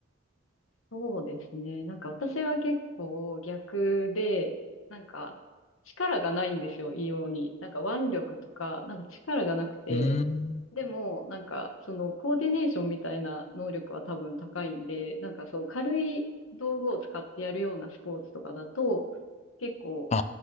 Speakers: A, on the left; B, on the left.
A: そうですね。なんか私は結構逆で、なんか力がないんですよ、異様に。なんか腕力とか、なんか力がなくて、
B: うーん。
A: でもなんかそのコーディネーションみたいな能力は多分高いんで、なんかそう軽い道具を使ってやるようなスポーツとかだと、結構
B: あ